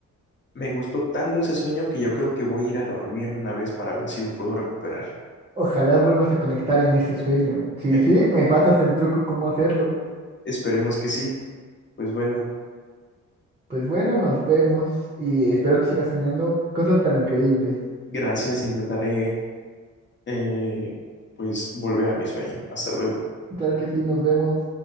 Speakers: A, on the left; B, on the right.
A: Me gustó tanto ese sueño que yo creo que voy a ir a dormir de una vez para ver si lo puedo recuperar.
B: ojalá vuelvas a conectar en ese sueño. Sí,
A: <laughs>
B: sí, me pasas el truco cómo hacerlo.
A: Esperemos que sí. Pues bueno,
B: Pues bueno, nos vemos y espero que sigas soñando cosas tan increíbles.
A: gracias. Intentaré, eh, pues, volver a mi sueño. Hasta luego.
B: Claro que sí, nos vemos.